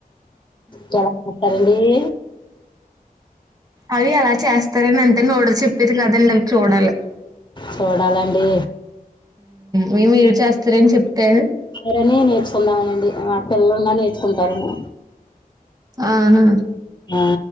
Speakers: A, on the left; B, on the right.
A: చాలా కొత్త ఏ
B: అవి అలా చేస్తారని అంతే నోటితో చెప్పేది కాదండి అవి చూడాలి
A: చూడాలండి
B: మీ మీరు చేస్తారని చెప్తే
A: రని నేర్చుకుందామనండి పిల్లలున్నా నేర్చుకుంటారెమో
B: ఆహా
A: ఆ